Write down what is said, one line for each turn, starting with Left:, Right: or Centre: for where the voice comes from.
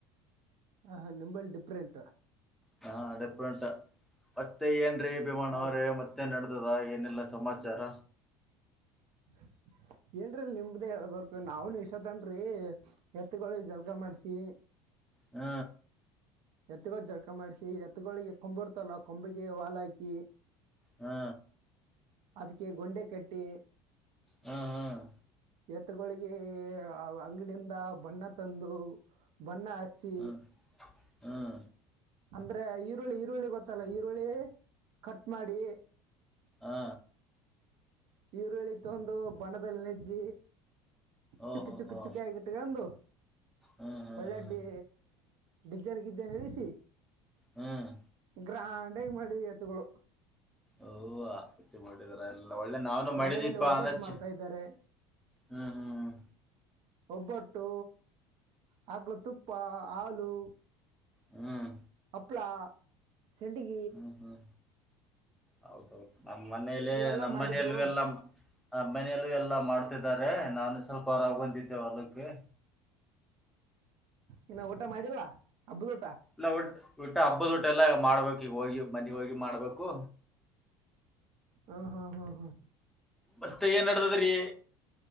Right: ಹಾ ನಿಂಬಲ್ಲಿ ಡಿಫ್ರೆಂಟ್
Centre: ಹಾ ಡೆಪ್ರೆಂಟ್ ಮತ್ತೆ ಏನ್ರೀ ಭಿಮಾ
Right: ಹಾ
Centre: ಅವ್ರೆ ಮತ್ತೆ ನಡ ದ ಏನೆಲ್ಲಾ ಸಮಾಚಾರ
Right: ಹ ಏನ್ರೀ ನಿಮ್ದೇ ಹೇಳ್ಬರ್ು ನಾವ್ನು ಇಷೋತ್ತನ್ರಿ ಎತ್ಗಳಿ ಜಲ್ಕಾ ಮಾಡ್ಸಿ
Centre: ಹ್ಮ
Right: ಎತ್ಗಳು ಜಡ್ಕ ಮಾಡ್ಸಿ ಎತ್ಗಳಿಗೆ ಕೊಂಬು ಇರ್ತಲ್ಲ ಕೊಂಬಿಗೆ ಹಾಲ್ ಹಾಕಿ
Centre: ಹಾ
Right: ಅದಕ್ಕೆ ಗೊಂಡೆ ಕಟ್ಟಿ
Centre: ಹ್ಮ್
Right: ಎತ್ತಗಳಿಗೆ ಅಂಗಡಿಂದ ಬಣ್ಣ ತಂದು ಬಣ್ಣ ಚಿ
Centre: ಹ್ಮ್ ಹ್ಮ್
Right: ಅಂದ್ರೆ ಈರುಳ್ಳಿ ಈರುಳ್ಳಿ ಗೊತ್ತಲ್ಲ ಈರುಳ್ಳಿ ಕಟ್ ಮಾಡಿ
Centre: ಹಾ
Right: ಇವರು ಹೇಳತ್ತು ಒಂದು ಬಣ್ಣದಲ್ಲಿ ನೆಜ್ಜಿ
Centre: ಓಹೋ
Right: ಚುಕ್ಕ ಚುಕ್ಕ
Centre: ಹೋ
Right: ಚುಕ್ಕಿ ಆಗಿಟ್ಟಕಂದು
Centre: ಹ್ಮ್ ಹ್ಮ್
Right: ಒಳ್ಳೆಡ್ಡಿ
Centre: ಹ್ಮ್
Right: ಡಿಜಜನ್ ಗಿಜಜನ್ ಎಳಿಸಿ
Centre: ಹ್ಮ್
Right: ಗ್ರಾಂಡಾಗಿ ಮಾಡಿವ ಎತ್ತುಗಳು
Centre: ಓ ಹತ್ತಿ ಮಾಡಿದರ ಎಲ್ಲ ಅಲ್ಲ ಒಳ್ಳೆ ನಾವನು ಮಾಡಿದಿಪಾ
Right: ಮನೆಯಲ್ಲಿ ಒಬ್ಬಟ್ಟು
Centre: ಅಂದಷ್ಟ
Right: ಮಾಡ್ತಾ ಇದ್ದಾರೆ
Centre: ಹ್ಮ್ ಹ್ಮ್್ಮ್
Right: ಒಬ್ಬಟ್ಟು ಹಕ್ಲು ತುಪ್ಪ ಹಾಲು
Centre: ಹ್ಮ್
Right: ಪಪ್ಳಾ ಸೆಂಡಗಿ
Centre: ಹ್ಮ್ ಹ್ಮ್ ಹ್ಮ್ ಹೌದೌದು ನಮ್ಮ್ ಮನೇಲೆ
Right: ಇವೆಲ್ಲ
Centre: ನಮ್ಮ
Right: ಮಾಡಿದ್ರು
Centre: ಮನೆಯಲ್ಲ ಎಲ್ಲ ಆ ಮನೆಯಲ್ಲೂ ಎಲ್ಲಾ ಮಾಡ್ತಿದ್ದಾರೆ ನಾವು ಸ್ವಲ್ಪ ಹೊರಾಗ ಬಂದಿದ್ದೇವೆ ಅಲಕ್ಕೆ
Right: ಇನ್ನು ಊಟ ಮಾಡಿಲ್ಲ ಹಬ್ಬದ ಊಟ
Centre: ಲಔಟ್ ಊಟ್ಟ ಹಬ್ಬದ ಟ ಎಲ್ಲ ಮಾಡ್ಬೇಕು ಈಗ ಹೋಗಿ ಮನಿ ಹೋಗಿ ಮಾಡ್ಬೇಕು
Right: ಹಾ ಹಾ ಹಾ ಹಾ
Centre: ಮತ್ತೆ ಏನ್ ನಡ್ತದ್ರಿ